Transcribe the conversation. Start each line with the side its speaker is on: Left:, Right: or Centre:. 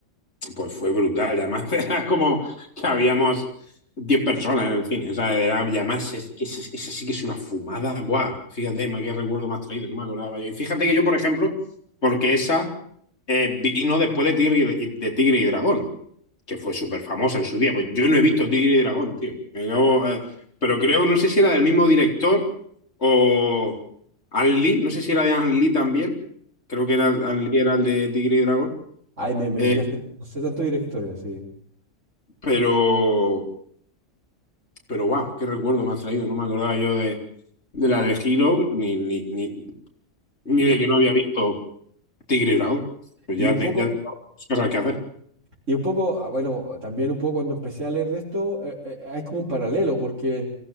Left: pues fue brutal. Y Además, <laughs> era como que habíamos 10 personas en el cine. O sea, era, y además, es, que esa, esa sí que es una fumada, guau. Fíjate, ma, qué recuerdo más traído, no me acordaba yo. Y fíjate que yo, por ejemplo, porque esa eh, vino después de Tigre y, y- de Tigre y Dragón. que fue súper famosa en su día. Pues yo no he visto Tigre y Dragón, tío. Me acabo, eh, pero creo, no sé si era del mismo director o An Lee, no sé si era de An Lee también. Creo que era An Lee era el de Tigre y Dragón.
Right: Ay, me, me
Left: Eh,
Right: pillaste, no sé tantos directores, sí.
Left: pero, pero wow, qué recuerdo me has traído. No me acordaba yo de, de la de Hero ni, ni, ni, ni de
Right: Y,
Left: que no había visto Tigre y Dragón. Pues
Right: y
Left: ya,
Right: un
Left: te-
Right: poco,
Left: ya tengo muchas cosas que hacer.
Right: Y un poco, ah, bueno, también un poco cuando empecé a leer de esto, eh, eh, hay como un paralelo, porque